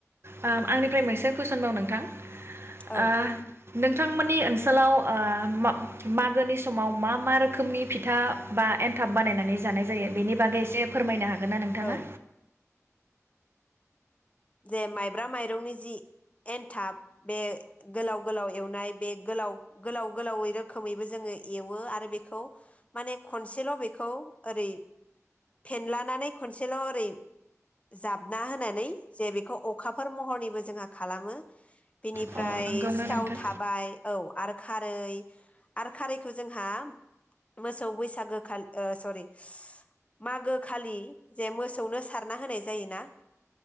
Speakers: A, on the right (about 50°); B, on the left (about 25°).
A: आ आंनिफ्राय मोनसे कुइसन बाव नोंथां
B: औ
A: ओ नोंथांमोननि ओनसोलाव ओ मा-मागोनि समाव मा मा रोखोमनि फिथा बा एन्थाब बानायनानै जानाय जायो बेनि बागै एसे फोरमायनो हागोन? हागोन ना नोंथाङा
B: औ जे माइब्रा माइरंनि जि एन्थाब बे गोलाव गोलाव एवनाय बे गोलाव गोलाव गोलावै रोखोमैबो जोङो एवो आरो बेखौ माने खनसेल बेखौ ओरै फेनलानानै खनसेल ओरै जाबना होनानै जे बेखौ अखाफोर महरनिबो जोंहा खालामो। बिनिफ्राय
A: अ नंगौना
B: सिथाव
A: नोंथां
B: थाबाय औ आरो खारै आरो खारैखो जोंहा मोसौ बैसागो खालि ओ सरि मागो खालि जे मोसौनो सारना होनाय जायोना